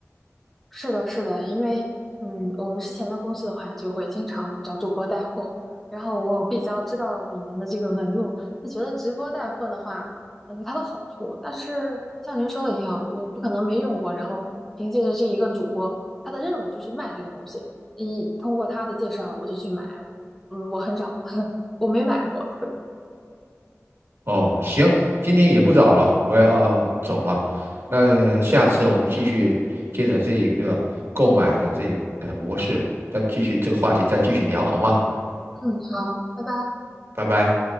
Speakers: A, in the centre; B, on the right.
A: 是的，是的，因为嗯，我们之前的公司的话，就会经常找主播带货，然后我比较知道里面的这个纹路，就觉得直播带货的话，呃有它的好处，但是像您说的一样，我不可能没用过，然后凭借着这一个主播，他的任务就去卖这个东西，一通过他的介绍我就去买，嗯，我很少，<laughs> 我没买过，
B: 哦，行，今天也不早了，我要走了。那下次我们继续接着这一个购买的这呃模式，再继续这个话题再继续聊，好吗？
A: 嗯，好，拜拜。
B: 拜拜。